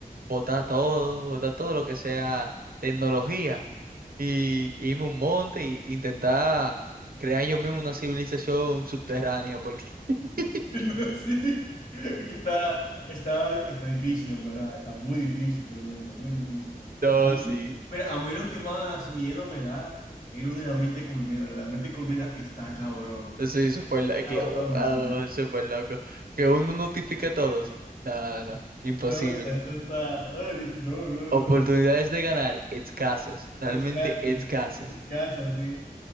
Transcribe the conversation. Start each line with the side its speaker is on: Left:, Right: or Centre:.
Right: botar todo, botar todo lo que sea tecnología. Y irme a un monte e intentar crear yo mismo una civilización subterránea. Porque <laughs>
Left: <laughs> No, sí. Está, está, está difícil, en verdad. Está muy difícil, realmente, muy difícil.
Right: no,
Left: A mí,
Right: sí.
Left: mira, a mí lo que más miedo me da es lo de la mente culmina. Lo de la mente culmina está cabrón.
Right: Eso es súper lo-
Left: Cabrón,
Right: que, wow,
Left: lo de la mente culmina.
Right: súper loco. Que uno notifique a todos. No, no, imposible.
Left: No, o sea, eso está. Ay, no, no,
Right: Oportunidades
Left: no.
Right: de ganar escasas, realmente
Left: Escaso,
Right: escasas.
Left: sí. Escaso, sí.